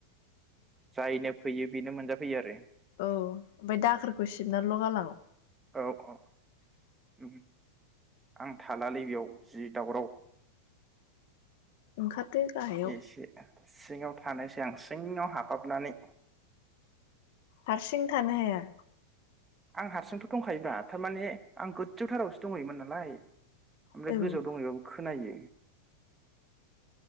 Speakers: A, on the right; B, on the left.
A: जायनो फैयो बेनो मोनजाफैयो आरो।
B: औ ओमफाय दाखोरखौ सिबनानैल' गालां
A: औ औ <inaudible> आं थालालै बेयाव जि दावराव
B: ओंखारदो गाहायाव
A: एसे सिङाव थानोसै आं सिङाव हाबफाबनानै।
B: हारसिं थानो हाया?
A: आं हारसिंथ' दंखायोबा थारमाने आं गोजौथारावसो दंहैयोमोन नालाय। ओमफ्राय
B: औ ओ
A: गोजौआव दंहैबाबो खोनायो।